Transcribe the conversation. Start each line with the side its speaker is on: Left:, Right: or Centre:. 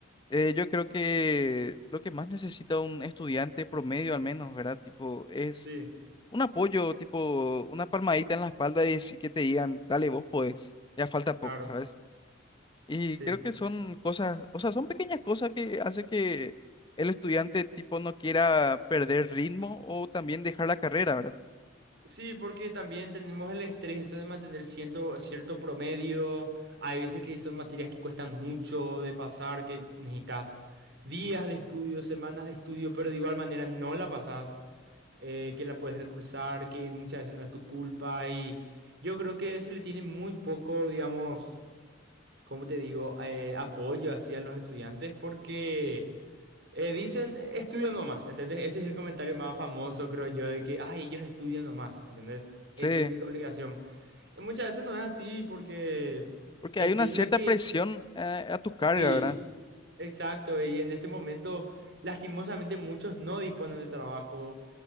Left: eh, yo creo que lo que más necesita un estudiante promedio al menos, ¿verdad? Tipo, es
Right: Sí,
Left: Un apoyo, tipo una palmadita en la espalda y, así que te digan, dale, vos podés, ya falta poco,
Right: claro,
Left: ¿sabes? Y
Right: sí.
Left: creo que son cosas, o sea, son pequeñas cosas que hace que el estudiante tipo no quiera perder ritmo o también dejar la carrera, ¿verdad?
Right: Sí, porque también tenemos el estrés eso de mantener ciento- cierto promedio. Hay veces que son materias que cuestan mucho de pasar, que necesitas días de estudio, semanas de estudio, pero de igual manera no la pasas, eh, que la puedes recursar, que muchas veces no es tu culpa. Y yo creo que se le tiene muy poco, digamos, ¿cómo te digo?, eh, apoyo hacia los estudiantes porque... Eh, dicen, "Eh, estudia nomás, ¿entendés? Ese es el comentario más famoso, creo yo, de que, ay, ellos estudian nomás, ¿entendés?
Left: Sí,
Right: Es su única obligación. Y muchas veces no es así porque
Left: porque
Right: entiendo
Left: hay una cierta
Right: de que,
Left: presión eh, a tu carga,
Right: sí,
Left: ¿verdad?
Right: exacto, y en este momento, lastimosamente, muchos no disponen de trabajo,